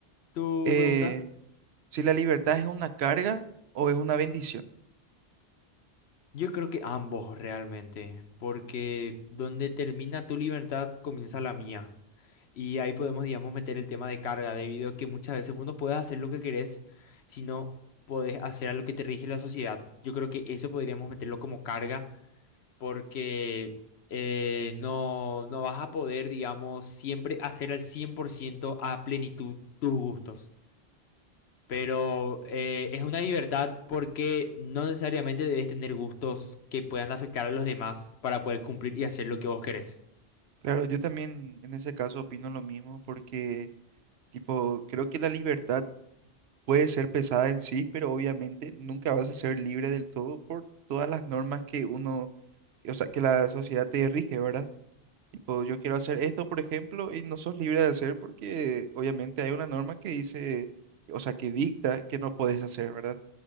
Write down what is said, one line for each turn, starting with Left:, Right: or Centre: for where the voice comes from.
Left: tu
Right: Eh,
Left: pregunta?
Right: si la libertad es una carga o es una bendición.
Left: Yo creo que ambos realmente, porque donde termina tu libertad comienza la mía. Y ahí podemos, digamos, meter el tema de carga, debido a que muchas veces vos no puedes hacer lo que querés, sino podés hacer a lo que te rige la sociedad. Yo creo que eso podríamos meterlo como carga, porque eh, no, no vas a poder, digamos, siempre hacer al 100% a plenitud tus gustos. Pero eh, es una libertad porque no necesariamente debes tener gustos que puedan afectar a los demás para poder cumplir y hacer lo que vos querés.
Right: Claro, yo también en ese caso opino lo mismo porque, tipo, creo que la libertad puede ser pesada en sí, pero obviamente nunca vas a ser libre del todo por todas las normas que uno, o sea, que la sociedad te rige, ¿verdad? Tipo, yo quiero hacer esto, por ejemplo, y no sos libre de hacer porque obviamente hay una norma que dice, o sea, que dicta que no podés hacer, ¿verdad?